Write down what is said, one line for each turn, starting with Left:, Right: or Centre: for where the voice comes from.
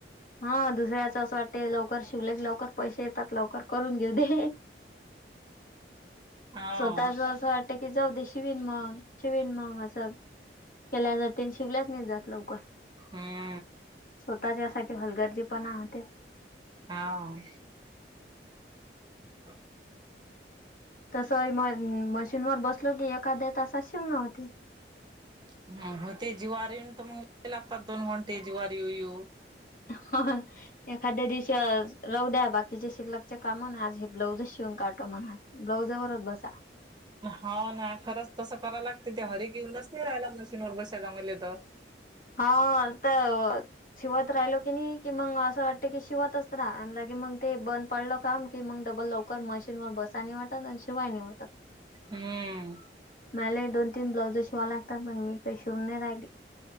Left: हा दुसऱ्याच असं वाटते लवकर शिवलेख लवकर पैसे येतात लवकर करून घेऊ दे.
Right: हो
Left: स्वतःच अस वाट कि जाऊ दे शिवीन मग. शिण मग असं केल्या जाते आणि शिवल्याच नाही जात लवकर.
Right: हम्म.
Left: स्वतःच्या साठी हलगर्जीपणा होते.
Right: हवं. हम्म.
Left: तस म मशीनवर बसलो की एखाद्या तास शिव नव्हते.
Right: हम्म होते जीवार येऊन तर मग लागतात दोन घंटे जीवार येऊ येऊ.
Left: होय. एखाद्या दिवशी राहू द्या बाकीची शिल्लक कामं, आज हे ब्लाऊजच शिवून काढू म्हणा. ब्लाऊजावरच बसा
Right: हो ना, खरंच तसं कराव लागते. ते हरी घेऊनच नाही, राहायला मिशनवर बसाला मले तर
Left: हा त शिवत राहिलो की नाही, कि मग असं वाटते की शिवतच राहा आणि मग ते बंद पडलं काम की मग डबल लवकर मशीन वर बसानी वाटत आणि शिवायनी वाटतं
Right: हं
Left: मला ही दोन-तीन ब्लाउजं शिवा लागतात पण, मी काही शिवून नाही राहिली.